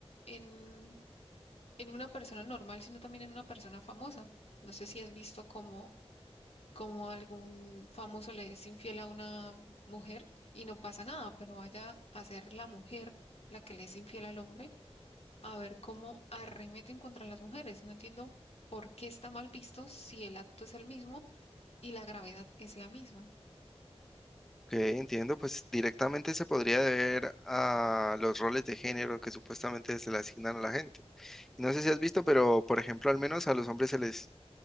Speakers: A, on the left; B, in the centre.
A: en en una persona normal, sino también en una persona famosa. No sé si has visto cómo, cómo algún famoso le es infiel a una mujer y no pasa nada, pero vaya a ser la mujer la que le es infiel al hombre, a ver cómo arremeten contra las mujeres. No entiendo por qué está mal visto si el acto es el mismo y la gravedad es la misma.
B: ok, entiendo. Pues directamente se podría deber a los roles de género que supuestamente se le asignan a la gente. Y no sé si has visto, pero por ejemplo, al menos a los hombres se les